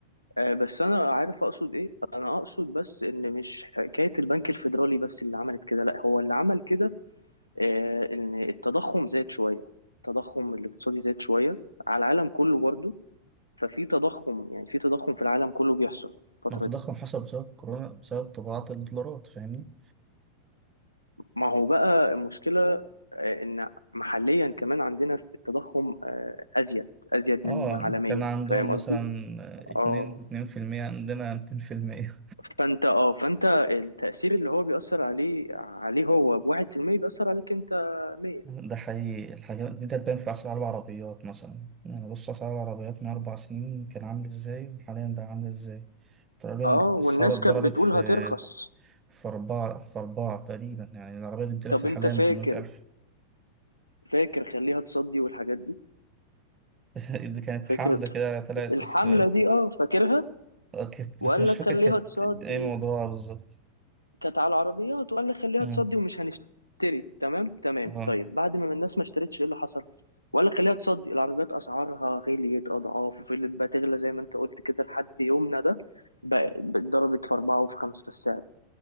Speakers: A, on the left; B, on the right.
A: آه، بس انا عارف اقصد ايه انا اقصد بس ان مش حكايه البنك الفيدرالي بس اللي عملت كده لا هو اللي عمل كده آه، ان التضخم زاد شويه التضخم الاقتصادي زاد شويه على العالم كله برضو ففي تضخم يعني في تضخم في العالم كله بيحصل الفتره
B: ما هو التضخم
A: دي
B: حصل بسبب كورونا بسبب طباعة الدولارات فاهمني
A: ما هو بقى المشكلة آه، إن محليا كمان عندنا في التضخم آه، أزيد أزيد
B: اه
A: من عالميا
B: كان عندهم
A: فاهم
B: مثلا
A: قصدي؟
B: اتنين
A: اه
B: اتنين في المية عندنا ميتين في المية
A: فأنت اه فأنت التأثير اللي هو بيأثر عليه عليه هو بواحد في المية بيأثر عليك أنت مية
B: ده حقيقي الحاجات دي تبان في أسعار العربيات مثلا يعني بص أسعار العربيات من أربع سنين كان عامل إزاي وحاليا بقى عامل إزاي تقريبا
A: اه
B: الأسعار
A: والناس
B: اتضربت
A: كانت بتقول
B: في
A: هترخص
B: في أربعة في أربعة تقريبا يعني العربية دي بتلف
A: طب
B: حاليا
A: أنت فاكر
B: بتمنمية ألف
A: فاكر خليها تصدي والحاجات دي
B: <laughs> اللي كانت حاملة
A: فاكر
B: كده طلعت
A: الحملة
B: بس
A: دي اه فاكرها
B: كانت-
A: وقال
B: بس مش
A: لك
B: فاكر
A: خليها
B: كانت
A: تصدي
B: إيه موضوعها بالظبط
A: كانت على العربيات وقال لي خليها
B: أمم،
A: تصدي ومش هنشتري تمام تمام
B: أه
A: طيب بعد ما الناس ما اشترتش ايه اللي حصل وقال لك خليها تصدي العربيات اسعارها غليت اضعاف وفضلت بقى تغلى زي ما انت قلت كده لحد يومنا ده بقى- اتضربت في اربعه وفي خمسه السعر